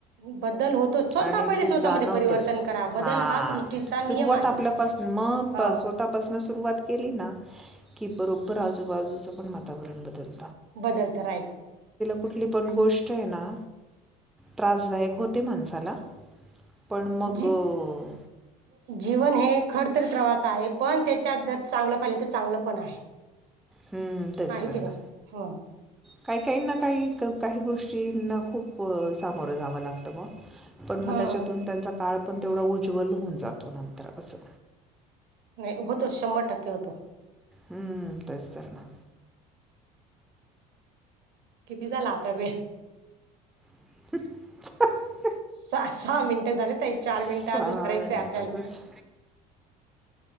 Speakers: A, on the right; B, in the centre.
A: बदल होतो स्वतः
B: आणि
A: पहिले
B: ते
A: स्वतःमध्ये
B: जाणवतेच
A: परिवर्तन करा
B: हा
A: बदल सृष्टीचा
B: सुरुवात
A: नियम आहे
B: आपल्यापास मा
A: हा
B: सोता प वात के की बरोबर आजूबाजूच पण वातावरण बदल
A: बदलत राईट
B: कुठली पण गोष्ट आहे ना त्रासदायक होते माणसाला पण मग
A: जी
B: अ,
A: जीवन है खडतरी प्रवास आहे पण त्याच्यात जर चांगलं पाहिले तर चांगलं पण आहे
B: हम्म तेच
A: आहे
B: तर
A: की नाही
B: ना
A: ह
B: काही काही ना काही काही गोष्टींना खूप सामोरं जावं लागतं मग पण
A: ह
B: मग त्याच्यातून त्यांचा काळ पण तेवढा उज्ज्वल होऊन जातो नंतर असं
A: नाही होतो शंभर टक्के होतो
B: हम्म तेच तरर ना
A: किती झाला आता वेळ
B: <inaudible>
A: स सहा मिनटं झाले त एक चार
B: साडेआठच
A: मिनिटं अजून करायचंय आपल्याला